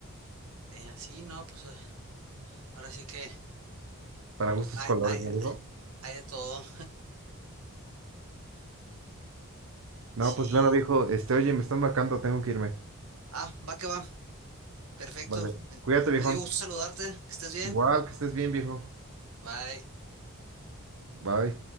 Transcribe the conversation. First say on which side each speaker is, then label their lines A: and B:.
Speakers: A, on the right; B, on the right.
A: Eh, sí, no, pues ah, ahora sí que
B: Para gustos
A: hay,
B: colores,
A: hay,
B: ¿no, viejo?
A: hay de todo.
B: No,
A: Sí.
B: pues bueno, viejo, este, oye, me están marcando, tengo que irme.
A: Ah, va que va. Perfecto.
B: Vale. Cuídate, viejo.
A: Me dio gusto saludarte. Que estés bien.
B: Igual, que estés bien, viejo.
A: Bye.
B: Bye.